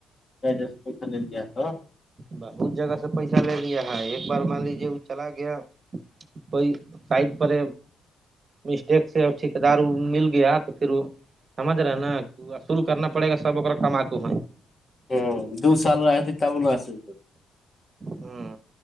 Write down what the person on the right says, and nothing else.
بہت جگہ سے پیسہ لے لیا ہے ایک بار مان لیجیے وہ چلا گیا کوئی سائڈ پر مسٹیک سے ٹھیکے دار مل گیا تو پھر وہ سمجھ رہے ہیں نا اصول کرنا پڑے گا سب ا کمااک ہو
ہاں